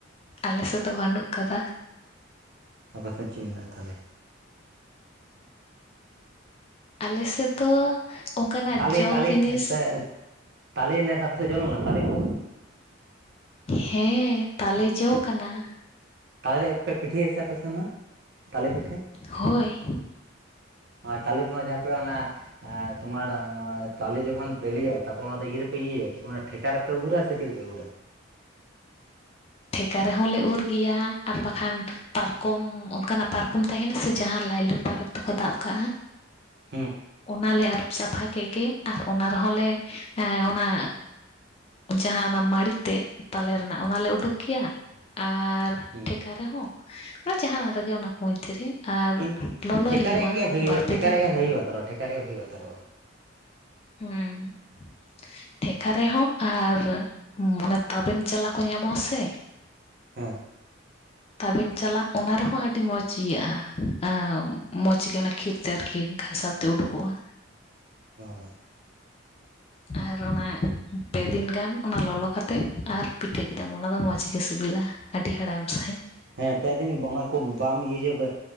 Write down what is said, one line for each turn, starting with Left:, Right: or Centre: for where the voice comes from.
Left: ᱟᱞᱮᱥᱮᱫ ᱫᱚ ᱵᱟᱹᱱᱩᱜ ᱟᱠᱟᱫᱟ᱾
Right: ᱟᱯᱮ ᱥᱮᱫ ᱪᱮᱫ ᱢᱮᱱᱟᱜ-ᱟ ᱛᱟᱦᱚᱞᱮ?
Left: ᱟᱞᱮ ᱥᱮᱫ ᱫᱚ ᱚᱱᱠᱟᱱᱟᱜ
Right: ᱛᱟᱞᱮ
Left: ᱡᱚ
Right: ᱛᱟᱞᱮ
Left: ᱡᱤᱱᱤᱥ᱾
Right: ᱛᱟᱞᱮ ᱱᱮᱥ ᱟᱯᱮ ᱥᱮᱡ ᱡᱚᱞᱮᱱᱟ ᱛᱟᱞᱮ ᱠᱚ?
Left: ᱦᱮᱸ ᱛᱟᱞᱮ ᱡᱚᱣ ᱠᱟᱱᱟ।
Right: ᱛᱟᱞᱮ ᱯᱮ ᱯᱤᱴᱷᱟᱹᱭᱟ ᱥᱮ ᱟᱯᱮ ᱥᱮᱱ ᱦᱚᱸ ᱛᱟᱞᱮ ᱯᱤᱴᱷᱟᱹ?
Left: ᱦᱳᱭ
Right: ᱛᱟᱞᱮ ᱠᱚ ᱦᱟᱜ ᱡᱟᱦᱟᱸ ᱯᱮ ᱚᱱᱟ ᱮᱸᱻ ᱛᱚᱢᱟᱨ ᱛᱟᱞᱮ ᱡᱚᱠᱷᱚᱱ ᱵᱮᱞᱤᱭᱼᱟ᱾ ᱛᱟᱨᱯᱚᱨ ᱚᱱᱟ ᱫᱚ ᱤᱭᱟᱹ ᱨᱮᱯᱮ ᱤᱭᱟᱹᱭᱟ ᱪᱮᱫ ᱠᱚ ᱢᱮᱱ ᱴᱷᱮᱠᱟ ᱨᱮ <unintelligible>
Left: ᱴᱷᱮᱠᱟ ᱨᱮᱦᱚᱸ ᱞᱮ ᱩᱨ ᱜᱮᱭᱟ, ᱟᱨ ᱵᱟᱠᱷᱟᱱ ᱯᱟᱨᱠᱚᱢ ᱚᱱᱠᱟᱱᱟᱜ ᱯᱟᱨᱠᱚᱢ ᱛᱟᱦᱮᱱᱟ ᱥᱮ ᱡᱟᱦᱟᱸ ᱞᱟᱭᱞᱩᱱ ᱵᱟᱵᱮᱨ ᱛᱚ ᱠᱚ ᱫᱟᱵ ᱠᱟᱜᱼᱟ᱾
Right: ᱦᱩᱸ᱾
Left: ᱚᱱᱟᱞᱮ ᱟᱹᱨᱩᱵ ᱥᱟᱯᱷᱟ ᱠᱮᱫ ᱜᱮ ᱟᱨ ᱚᱱᱟ ᱨᱮᱦᱚᱸ ᱞᱮ ᱮᱸ ᱚᱱᱟ ᱡᱟᱦᱟᱸ ᱚᱱᱟ ᱢᱟᱹᱲᱤ ᱛᱮᱫ ᱛᱟᱞᱮ ᱨᱮᱱᱟᱜ ᱚᱱᱟᱞᱮ ᱩᱰᱩᱠ ᱜᱮᱭᱟ᱾ ᱟᱨ
Right: ᱦᱩᱸ᱾
Left: ᱴᱷᱮᱠᱟ ᱨᱮᱦᱚᱸ ᱢᱟᱱᱮ ᱡᱟᱦᱟᱱᱟᱜ ᱨᱮᱜᱮ ᱚᱱᱟ ᱠᱚ ᱢᱚᱫᱽᱫᱷᱮ ᱨᱮ᱾ ᱟᱨ
Right: ᱠᱤᱱᱛᱩ
Left: ᱞᱚᱞᱚᱭ
Right: ᱴᱷᱮᱠᱟ
Left: ᱦᱩᱭᱩᱜᱼᱟ
Right: ᱨᱮᱭᱟᱜ ᱜᱮ ᱵᱷᱟᱹᱜ
Left: ᱵᱟᱨᱯᱮ
Right: ᱴᱷᱮᱠ
Left: ᱫᱤᱱ
Right: ᱨᱮᱭᱟᱜ ᱜᱮ ᱦᱩᱭᱩᱜ ᱛᱚ ᱴᱷᱮᱠ ᱨᱮᱭᱟᱜ ᱜᱮ ᱦᱩᱭᱩᱜᱼᱟ ᱛᱚᱨᱳ᱾
Left: ᱦᱩᱸ᱾ ᱴᱷᱮᱠᱟ ᱨᱮᱦᱚᱸ ᱟᱨ ᱢᱚᱱᱮ ᱛᱟᱵᱮᱱ ᱪᱟᱞᱟ ᱠᱚ ᱧᱟᱢᱚᱜᱼᱟ ᱥᱮ᱾
Right: ᱦᱮᱸ
Left: ᱛᱟᱵᱮᱱ ᱪᱟᱞᱟᱜ ᱚᱱᱟ ᱨᱮᱦᱚᱸ ᱟᱹᱰᱤ ᱢᱚᱡᱽ ᱤᱭᱟᱹᱜᱼᱟ᱾ ᱟᱸᱻ ᱢᱚᱡᱽ ᱜᱮ ᱚᱱᱟ ᱠᱷᱤᱨ ᱛᱮ ᱟᱨᱠᱤ ᱜᱷᱟᱥᱟᱣ ᱛᱮ ᱩᱰᱩᱠᱚᱜᱼᱟ᱾
Right: ᱚ
Left: ᱟᱨ ᱚᱱᱟ ᱯᱮ ᱫᱤᱱ ᱜᱟᱱ ᱚᱱᱟ ᱞᱚᱞᱚ ᱠᱟᱛᱮ, ᱟᱨ ᱯᱤᱴᱷᱟᱹ ᱠᱮᱫᱟᱢ ᱚᱱᱟ ᱫᱚ ᱢᱚᱡᱽ ᱜᱮ ᱥᱤᱵᱤᱞᱟ᱾ ᱟᱹᱰᱤ ᱦᱮᱲᱮᱢ ᱥᱟᱺᱦᱤᱡ᱾
Right: ᱦᱮᱸ ᱯᱮᱫᱤᱱ ᱚᱱᱟ ᱠᱚ ᱵᱟᱢ ᱤᱭᱟᱹ ᱦᱚᱪᱚ